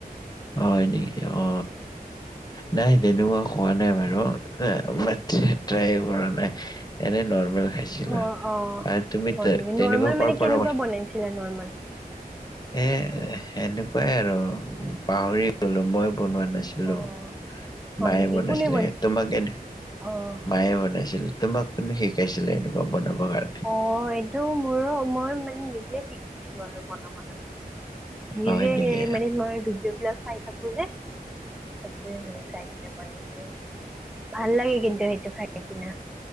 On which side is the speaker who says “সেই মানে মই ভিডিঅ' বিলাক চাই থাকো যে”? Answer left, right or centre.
Centre